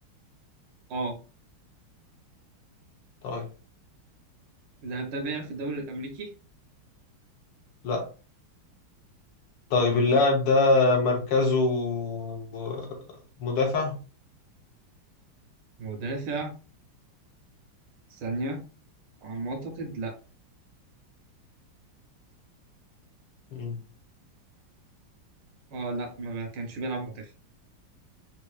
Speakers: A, on the right; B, on the left.
A: اه
B: طيب
A: اللاعب ده بيلعب في الدوري الأمريكي
B: لا طيب
A: ماشي
B: اللاعب ده مركزه آه، مدافع
A: مدافع ثانية على ما أعتقد لأ
B: مم.
A: أه لأ ما كانش بيلعب مدافع